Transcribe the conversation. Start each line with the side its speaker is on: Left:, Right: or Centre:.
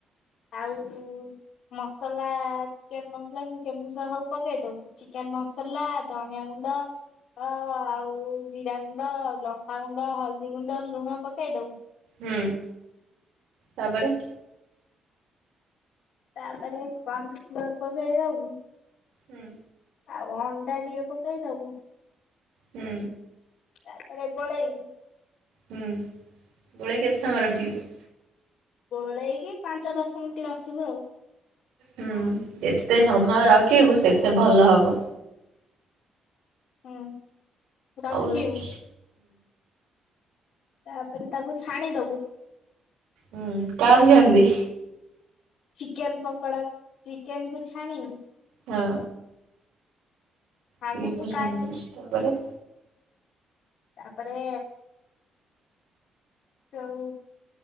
Left: ଆଉ ମସଲା ଚିକେନ୍ ମସଲା ବି ସେମି ହବ ପକେଇ ଦବୁ ଚିକେନ ମସଲା ଧନିଆ ଗୁଣ୍ଡ ଆଉ ଜିରା ଗୁଣ୍ଡ ଆଉ ଲଙ୍କାଗୁଣ୍ଡ ହଳଦୀ ଗୁଣ୍ଡ ଲୁଣ ପକେଇଦବୁ
Right: ହୁଁ ତାପରେ?
Left: ତାପରେ କନଫ୍ଲୋର ପକେଇ ଦବୁ।
Right: ହୁଁ
Left: ଆଉ ଅଣ୍ଡା ଟିକେ ପକେଇଦବୁ
Right: ହୁଁ।
Left: ତାପରେ ଗୋଳେଇବୁ।
Right: ହୁଁ ଗୋଳେଇ କେତେ ସମୟ ରଖିବି?
Left: ଗୋଳେଇକି ପାଞ୍ଚ ଦଶ ମିନିଟ୍ ରଖିବୁ ଆଉ।
Right: ହୁଁ ଯେତେ ସମୟ ରଖିବୁ ସେତେ ଭଲ ହବ।
Left: ହୁଁ। ରଖିବୁ
Right: ଆଉ ହୁଁ।
Left: ତାପରେ ତାକୁ ଛାଣିଦବୁ
Right: ହୁଁ କାହାକୁ ଛାଣିବି?
Left: ଚିକେନ୍ ପକୋଡା ଚିକେନ୍ କୁ ଛାଣିବୁ
Right: ହଁ।
Left: ଛାଣିକି
Right: <unintelligible>
Left: କାଢି
Right: ତାପରେ?
Left: ତାପରେ ଆଉ